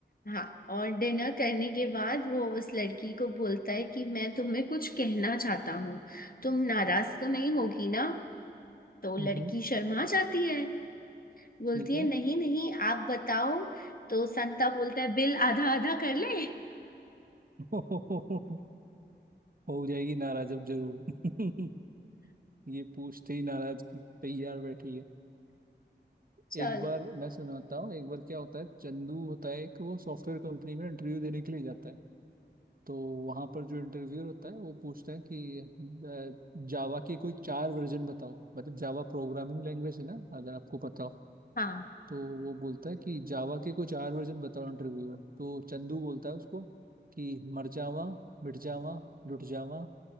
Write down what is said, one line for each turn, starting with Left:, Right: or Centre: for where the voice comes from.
Left: हाँ और डिनर करने के बाद वो उस लड़की को बोलता है कि मैं तुम्हें कुछ कहना चाहता हूँ तुम नाराज तो नहीं होगी ना तो लड़की
Right: हम्म हम्म,
Left: शर्मा जाती है बोलती
Right: ठीक
Left: है
Right: है
Left: नहीं नहीं आप बताओ तो संता बोलता है बिल आधा आधा कर ले
Right: <laughs> हो जाएगी नाराज अब जरूर <laughs> ये पूछते ही नाराज की तैयार बैठी है
Left: चलो
Right: एक बार मैं सुनाता हूँ एक बार क्या होता है चंदू होता है कि वो सॉफ्टवेयर कंपनी में इंटरव्यू देने के लिए जाता है तो वहां पर जो इंटरव्यूअर होता है वो पूछता है कि जावा के कोई चार वर्जन बताओ मतलब जावा प्रोग्रामिंग लैंग्वेज है ना अगर आपको पता हो
Left: हाँ
Right: तो वो बोलता है कि जावा के कोई चार वर्जन बताओ इंटरव्यूअर तो चंदू बोलता है उसको कि मर जावा मिट जावा लुट जावा